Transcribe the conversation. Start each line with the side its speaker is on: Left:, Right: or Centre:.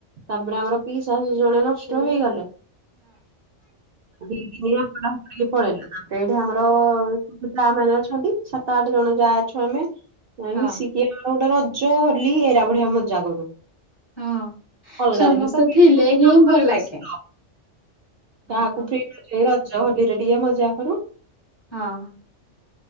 Right: ତାପରେ ପିଇଶା। ଦି ଜଣେ ନଷ୍ଟ
Left: ହଁ।
Right: ହେଇଗଲେ। ଦି ଦିନି <unintelligible> ପଳେଇଲା ତାପରେ ଏଠେ ଆମର <unintelligible> ମାନେ ଅଛନ୍ତି ସାତ ଆଠ ଜଣ ଯାହା ଅଛୁ ଆମେ
Left: ହଁ
Right: ମିଶିକି ଆମର ଗୋଟେ ରଜ ହୋଲି ଏରା ବଢିଆ ମଜା କରୁ।
Left: ହଁ।
Right: ଅଲଗା
Left: ସମସ୍ତେ
Right: ଦିନେ ତ ଯିଏ
Left: ଥିଲେ
Right: ଯେମିତ
Left: ହିଁ
Right: କାମରେ
Left: ଭଲ
Right: ବ୍ୟସ୍ତ।
Left: ଲାଗେ। ହଁ
Right: କାହାକୁ
Left: ହଁ।
Right: ପ୍ରି ମିଳୁଛି କି ରଜ ହୋଲିରେ ଟିକେ ମଜା କରୁ।
Left: ହଁ